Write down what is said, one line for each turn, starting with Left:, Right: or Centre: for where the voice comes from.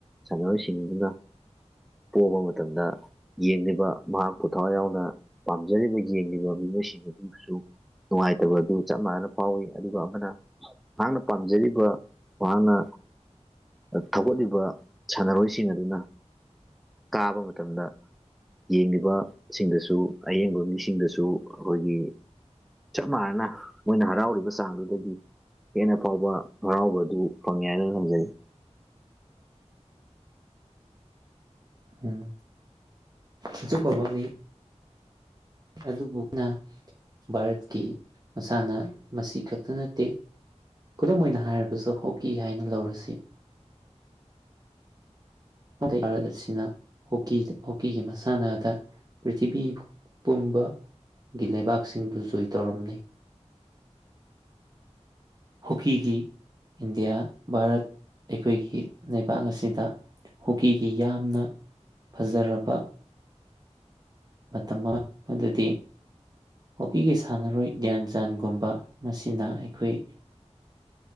Centre: ꯁꯥꯟꯅꯔꯣꯏꯁꯤꯡꯗꯨꯅ ꯄꯣꯕ ꯃꯇꯝꯗ ꯌꯦꯡꯂꯤꯕ ꯃꯍꯥꯛꯄꯨ ꯊꯋꯥꯏ ꯌꯥꯎꯅ ꯄꯥꯝꯖꯔꯤꯕ ꯌꯦꯡꯂꯤꯕ ꯃꯤꯑꯣꯏꯁꯤꯡ ꯑꯗꯨꯁꯨ ꯅꯨꯡꯉꯥꯏꯇꯕ ꯑꯗꯨ ꯆꯞ ꯃꯥꯟꯅꯅ ꯐꯥꯎꯏ ꯑꯗꯨꯒ ꯑꯃꯅ ꯃꯍꯥꯛꯅ ꯄꯥꯝꯖꯔꯤꯕ ꯃꯍꯥꯛꯅ ꯊꯧꯒꯠꯂꯤꯕ ꯁꯥꯟꯅꯔꯣꯏꯁꯤꯡ ꯑꯗꯨꯅ ꯀꯥꯕ ꯃꯇꯝꯗ ꯌꯦꯡꯂꯤꯕ ꯁꯤꯡꯗꯁꯨ ꯑꯌꯦꯡꯕ ꯃꯤꯁꯤꯡꯗꯁꯨ ꯑꯩꯈꯣꯏꯒꯤ ꯆꯞ ꯃꯥꯟꯅꯅꯥ ꯃꯣꯏꯅ ꯍꯔꯥꯎꯔꯤꯕ ꯆꯥꯡꯗꯨꯗꯒꯤ ꯍꯦꯟꯅ ꯐꯥꯎꯕ ꯍꯔꯥꯎꯕ ꯑꯗꯨ ꯐꯪꯉ ꯍꯥꯏꯅ ꯊꯝꯖꯒ
Right: ꯎꯝ ꯑꯆꯨꯝꯕ ꯑꯃꯅꯤ ꯑꯗꯨꯕꯨꯅ ꯚꯥꯔꯠꯀꯤ ꯃꯁꯥꯟꯅ ꯃꯁꯤ ꯈꯛꯇ ꯅꯠꯇꯦ ꯈꯨꯗꯝ ꯑꯣꯏꯅ ꯍꯥꯏꯔꯕꯁꯨ ꯍꯣꯛꯀꯤ ꯍꯥꯏꯅ ꯂꯧꯔꯁꯤ ꯑꯗ ꯚꯥꯔꯠ ꯑꯁꯤꯅ ꯍꯣꯛꯀꯤ ꯍꯣꯛꯀꯤꯒꯤ ꯃꯁꯥꯟꯅꯗ ꯄ꯭ꯔꯤꯊꯤꯕꯤ ꯄꯨꯝꯕꯒꯤ ꯂꯩꯕꯥꯛꯁꯤꯡꯗꯨ ꯖꯣꯏ ꯇꯧꯔꯝꯅꯤ ꯍꯣꯛꯀꯤꯒꯤ ꯏꯟꯗꯤꯌꯥ ꯚꯥꯔꯠ ꯑꯩꯈꯣꯏꯒꯤ ꯂꯩꯕꯥꯛ ꯑꯁꯤꯗ ꯍꯣꯛꯀꯤꯒꯤ ꯌꯥꯝꯅ ꯐꯖꯔꯕ ꯃꯇꯝ ꯃꯥ ꯃꯗꯨꯗꯤ ꯍꯣꯛꯀꯤꯒꯤ ꯁꯥꯟꯅꯔꯣꯏ ꯒ꯭ꯌꯥꯟ ꯆꯥꯟꯒꯨꯝꯕ ꯃꯁꯤꯅ ꯑꯩꯈꯣꯏ